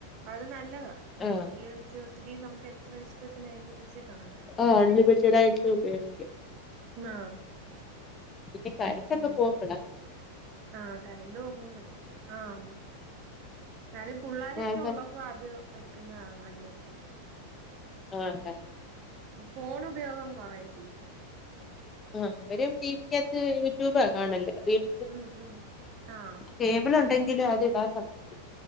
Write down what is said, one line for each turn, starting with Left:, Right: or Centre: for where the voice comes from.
Right: അത് നല്ലതാ വീട്ടില്
Left: ആ
Right: വെച്ച് ഒത്തിരിയും നമുക്ക് എത്ര ഇഷ്ടത്തിനനുസരിച്ച് കാണാ
Left: ഏഹ് അൺലിമിറ്റഡ ആയിട്ട് ഉപയോഗിക്കും.
Right: ആഹ്
Left: പിന്നെ ക <unintelligible> ഇട്ടൊക്കെ
Right: അങ്ങനെ
Left: പോമ്പ ള്
Right: ആഹ് കരണ്ട് പോ പോവും പറ്റത്തില്ല ആന്ന്. ഇന്നാലും പുള്ളാരൊക്കെ
Left: ആ സമയത്ത്
Right: ഉള്ളപ്പോ അത് വെക്കുന്നതാ നല്ലത്.
Left: ആഹ്ത
Right: ഫോൺ ഉപയോഗം കൊറെയെല്ല
Left: ആഹ് ഒരും ടി വിക്കകത്ത് യൂട്യൂബാ കാണല് റീൽ
Right: ഉം ഉം ആഹ്
Left: കേബിൾ ഉണ്ടെങ്കിലും അത് ഇടാൻ സമയത്ത്